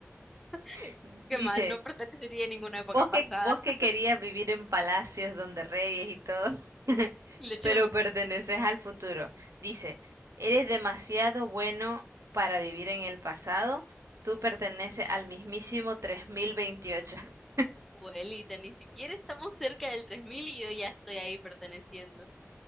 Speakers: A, in the centre; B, on the right (about 80°).
A: <laughs>
B: <laughs> Dice,
A: Qué mal, no pertenecería a ninguna época
B: Vos
A: pasada.
B: que, vos que
A: <laughs>
B: querías vivir en palacios donde reyes y todo, <laughs>
A: Y de hecho,
B: pero perteneces al futuro. Dice, eres demasiado bueno para vivir en el pasado. Tú perteneces al mismísimo tres mil veintiocho <laughs>
A: abuelita, ni siquiera estamos cerca del 3000 y yo ya estoy ahí perteneciendo.